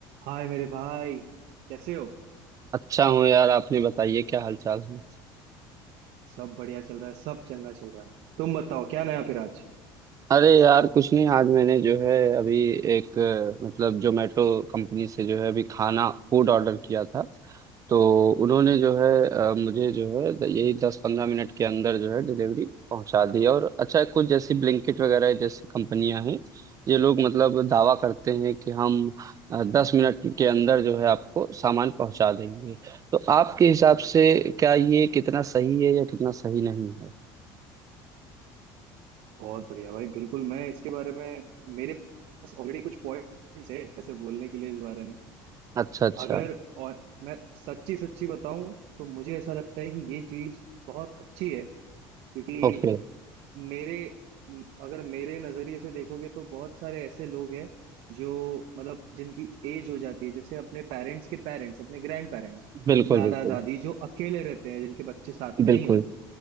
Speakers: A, on the right; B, on the right.
A: हाय मेरे भाई कैसे हो
B: अच्छा हूँ यार आपने बताइए क्या हाल चाल है
A: सब बढ़िया चल रहा है सब चंगा चल रहा है तुम बताओ क्या नया फिर आज
B: अरे यार कुछ नहीं आज मैंने जो है अभी एक अ, मतलब जोमेटो कंपनी से जो है अभी खाना फूड ऑर्डर किया था तो उन्होंने जो है अ, मुझे जो है द- यही दस पंद्रह मिनट के अंदर जो है डिलीवरी पहुंचा दी और अच्छा कुछ जैसी ब्लिंकिट वगैरह जैसी कंपनियां हैं ये लोग मतलब दावा करते हैं कि हम दस मिनट के अंदर जो है आपको सामान पहुंचा देंगे तो आपके हिसाब से क्या ये कितना सही है या कितना सही नहीं
A: बहुत बढ़िया भाई बिल्कुल मैं इसके बारे में मेरे पास ऑलरेडी कुछ पॉइंट्स है ऐसे बोलने के लिए इस बारे में
B: अच्छा अच्छा
A: अगर और मैं सच्ची सच्ची बताऊं तो मुझे ऐसा लगता है कि ये चीज बहुत अच्छी है क्योंकि
B: ओके
A: मेरे म- अगर मेरे नजरिए से देखोगे तो बहुत सारे ऐसे लोग हैं जो मतलब जिनकी एज हो जाती है जैसे अपने पेरेंट्स के पेरेंट्स अपने ग्रैंड पेरेंट्स
B: बिल्कुल
A: दादा
B: बिल्कुल
A: दादी जो अकेले रहते हैं जिनके बच्चे साथ में
B: बिल्कुल
A: नहीं होते